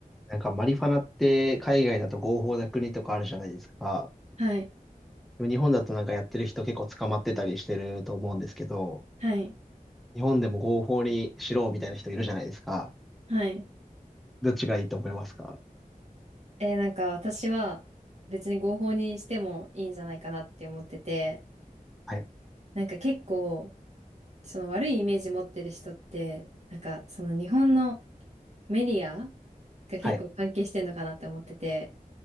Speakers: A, in the centre; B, on the right.
A: なんかマリファナって海外だと合法な国とかあるじゃないですか。
B: はい、
A: でも日本だとなんかやってる人結構捕まってたりしてると思うんですけど、
B: はい、
A: 日本でも合法にしろみたいな人いるじゃないですか。
B: はい。
A: どっちがいいと思いますか
B: えーなんか私は別に合法にしてもいいんじゃないかなって思ってて、
A: はい。
B: なんか結構その悪いイメージ持ってる人って、なんかその日本のメディアが結構関係してんのかなって思ってて、
A: はい。